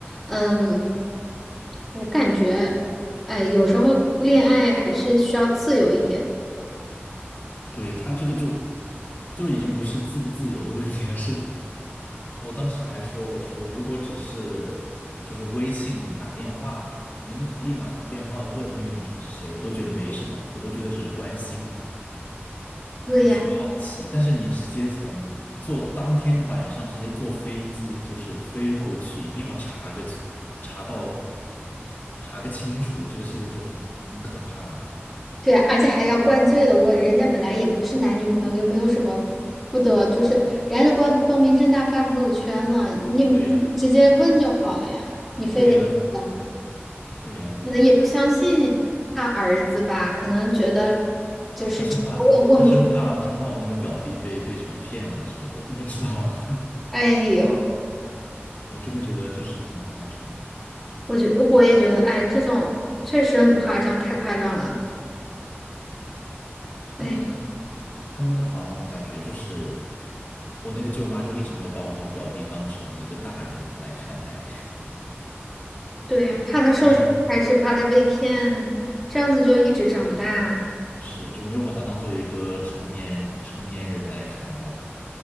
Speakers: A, in the centre; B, on the left.
A: 嗯，我感觉，哎，有时候恋爱还是需要自由一点。
B: 对，他这个就就已经不是自不自由的问题了，是我当时还说，我说如果只是就是微信打电话，你立马打电话问那个女生是谁，我都觉得没什么，我都觉得只是关心，
A: 对呀。
B: 就是好奇。但是你直接从坐当天晚上直接坐飞机，就是飞过去，一定要查个查到查个清楚，这个事情就很很可怕。
A: 对啊，而且还要灌醉了问，人家本来也不是男女朋友，又没有什么不得，就是人家都光光明正大发朋友圈了，你你直接问就好了呀，
B: 对呀，
A: 你非得等，
B: 对呀，对呀。
A: 可能也不相信他儿子吧，可能觉得就是直接问问不出来。
B: 他生怕他生怕生怕我那个表弟被被什么骗了什么的，不知道。<laughs>
A: 哎呦，
B: 我真的觉得就是很夸张，
A: 我觉我也觉得，哎，这种确实很夸张，太夸张了。
B: 他们
A: 哎，
B: 他们好像感觉就是我那个舅妈就一直没有把我那个表弟当成一个大人来看待，
A: 对呀，怕他受伤，
B: 当成
A: 还是怕他被骗，这样子就一直长不大。
B: 是就没有把他当做一个成年成年人来看待